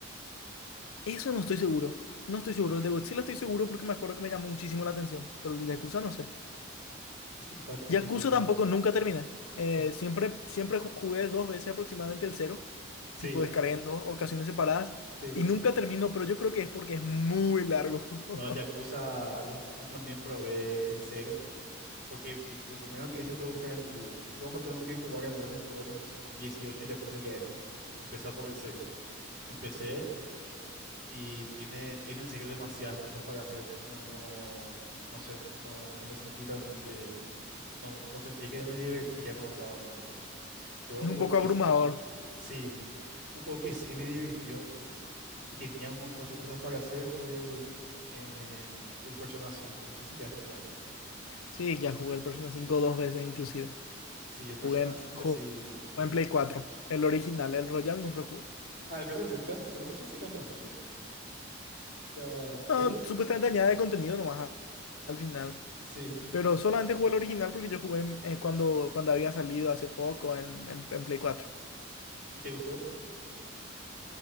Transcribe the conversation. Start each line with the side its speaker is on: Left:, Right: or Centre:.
Left: Eso no estoy seguro. No estoy seguro. El de Godzilla estoy seguro porque me acuerdo que me llamó muchísimo la atención. Pero el de Yakuza no sé.
Right: Qué simpático
Left: Yakuza
Right: que tenga.
Left: tampoco nunca termina. Eh, siempre, siempre ju- jugué dos veces aproximadamente el cero,
Right: Sí,
Left: tipo descargué en dos ocasiones separadas
Right: sí.
Left: y nunca termino, pero yo creo que es porque es muy largo. <laughs>
Right: No, el Yakuza, los- yo también probé el cero, porque vi- lo primero que hice fue buscar en Google cómo tengo que jugar en orden todos los 18 Yakuza que hay. Empezar por el cero. Empecé Y tiene, tiene en serio demasiadas cosas para hacer. No, no, no sé. No, no me sentí realmente. No, no sentía que me divertía cuando estaba jugando. Pero
Left: Es
Right: un juego
Left: un poco
Right: que
Left: abrumador.
Right: sí. Sí. Un juego que sí me divirtió y tenía un montón de cosas para hacer fue el, em, el Persona 5. No sé si ya está a jugar.
Left: Sí, ya jugué el Persona cinco dos veces inclusive.
Right: Sí, el Persona
Left: Jugué en,
Right: 5
Left: ju-
Right: sí.
Left: jugué en Play 4 el original, el Royal nunca jugué.
Right: Ah, el Royal nunca. Bueno, no sé si cambia mucho. O sea,
Left: No,
Right: creo que-
Left: supuestamente añade contenido nomás a- al final,
Right: Sí.
Left: pero solamente jugué el original porque yo jugué en- eh, cuando, cuando había salido hace poco en, en en Play cuatro
Right: ¿Y te gustó?